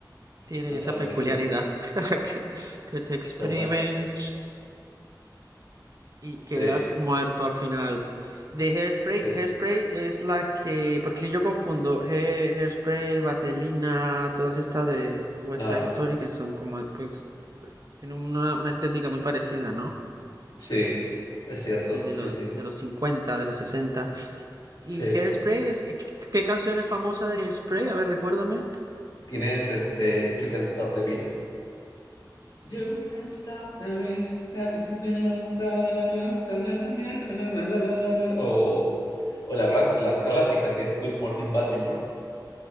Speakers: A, on the right; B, on the left.
A: tienen
B: Totalmente,
A: esa peculiaridad <laughs> que, que te exprimen
B: total,
A: y
B: sí,
A: quedas muerto al final. De Hairspray,
B: sí,
A: Hairspray es la que, porque si yo confundo Hair- Hairspray, Vaselina, todas estas de West
B: ah,
A: Side Story que son como, pues, tienen una, una estética muy parecida, ¿no?
B: sí, es
A: Que
B: cierto,
A: Sí, de
B: sí,
A: los,
B: sí,
A: de los cincuenta de los sesenta ¿Y
B: sí.
A: Hairspray es, qué, qué canción es famosa de Hairspray? A ver, recuérdame.
B: Tienes este You Can Stop the Beat. You can stop the beat. tap it since a long time, na, na, na, na, na, na, na, na, O, o la, la clásica que es Good Morning Baltimore.